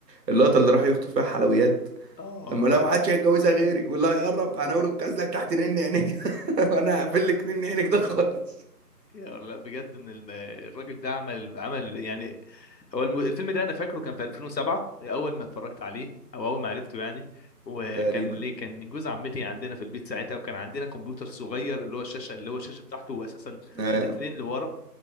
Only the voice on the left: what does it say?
اه
يا لا بجد ان الم- الراجل ده عمل عمل يعني هو الم- الفيلم ده انا فاكره كان في 2007 اول ما اتفرجت عليه او اول ما عرفته يعني وكان
ليه كان جوز عمتي عندنا في البيت ساعتها وكان عندنا كمبيوتر صغير اللي هو الشاشه اللي هو الشاشه بتاعته اساسا
مترين لورا